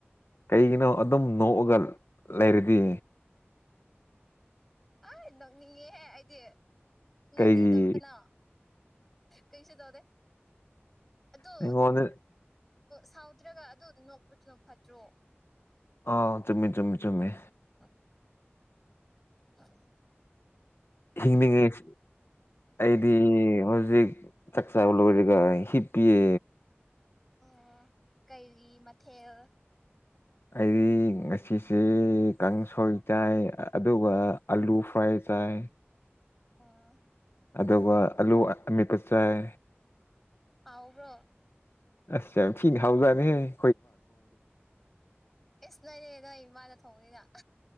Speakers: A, on the left; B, in the centre.
A: ꯀꯩꯒꯤꯅꯣ ꯑꯗꯨꯝ ꯅꯣꯛꯑꯒ ꯂꯩꯔꯗꯤ
B: ꯑ ꯅꯣꯛꯅꯤꯡꯉꯦꯍꯦ ꯑꯩꯗꯤ
A: ꯀꯩꯒꯤ
B: ꯅꯣꯛꯅꯤꯡꯗꯕ꯭ꯔꯥꯅ ꯀꯩꯁꯨ ꯇꯧꯗꯦ ꯑꯗꯨ
A: ꯑꯩꯉꯣꯟꯗ
B: ꯁꯥꯎꯗ꯭ꯔꯒ ꯑꯗꯨ ꯅꯣꯛꯄꯗꯨꯅ ꯐꯗ꯭ꯔꯣ
A: ꯑ ꯆꯨꯝꯃꯤꯃꯤ ꯆꯨꯝꯃꯤ ꯆꯨꯝꯃꯤꯃꯦ
B: ꯎ ꯍ
A: ꯍꯤꯡꯅꯤꯡꯉꯤꯁꯤ ꯑꯩꯗꯤ ꯍꯧꯖꯤꯛ ꯆꯥꯛ ꯆꯥꯕ ꯂꯣꯢꯔꯒ ꯍꯤꯞꯄꯤꯌꯦ
B: ꯑꯣ ꯀꯩꯔꯤ ꯃꯊꯦꯜ
A: ꯑꯩ ꯉꯁꯤꯁꯦ ꯀꯥꯡꯁꯣꯏ ꯆꯥꯏ ꯑꯗꯨꯒ ꯑꯥꯂꯨ ꯐ꯭ꯔꯥꯏ ꯆꯥꯏ
B: ꯑꯣ
A: ꯑꯗꯨꯒ ꯑꯂꯨ ꯑꯃꯦꯄ ꯆꯥꯏ
B: ꯍꯥꯎꯕ꯭ꯔꯣ
A: ꯑꯁ ꯌꯥꯝ ꯊꯤꯅ ꯍꯥꯎꯖꯥꯅꯤꯍꯦ
B: ꯏꯁ ꯅꯣꯏꯅꯦ ꯅꯣꯏ ꯏꯃꯥꯅ ꯊꯣꯡꯅꯤꯅ